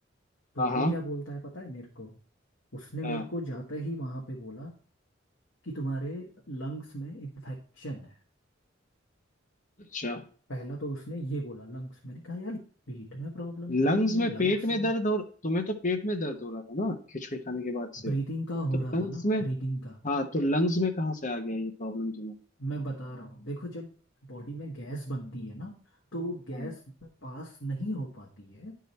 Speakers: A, on the left; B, on the left.
A: तो
B: हाँ हाँ
A: वो क्या बोलता है पता है मेरे को उसने
B: हाँ
A: मेरे को जाते ही वहां पे बोला कि तुम्हारे लंग्स में इन्फेक्शन है
B: अच्छा
A: पहला तो उसने ये बोला लंग्स मैंने कहा यार पेट में प्रॉब्लम थी
B: लंग्स
A: ये
B: में
A: लंग्स
B: पेट में
A: में
B: दर्द हो तुम्हें तो पेट में दर्द हो रहा था ना खिचड़ी खाने के बाद से
A: ब्रीदिंग का हो
B: तो
A: रहा
B: लंग्स
A: था ना
B: में
A: ब्रीदिंग का
B: हाँ तो लंग्स में कहाँ से आ गया ये प्रॉब्लम तुम्हें
A: मैं बता रहा हूँ देखो जब बॉडी में गैस बनती है ना तो वो गैस
B: हम्म
A: जब पास नहीं हो पाती है